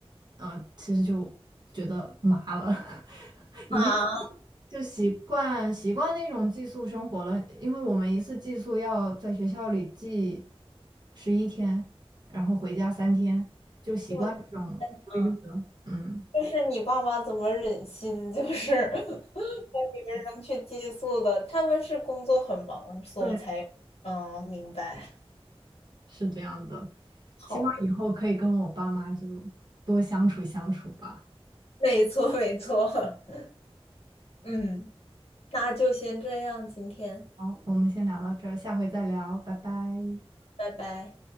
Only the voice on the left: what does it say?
<laughs>，
啊，
我的妈
就是你爸妈怎么忍心，就是 <laughs> 你们扔去寄宿的？他们是工作很忙，所以才嗯明白。
好的，
没错没错，<laughs> 嗯，那就先这样，今天，
拜拜。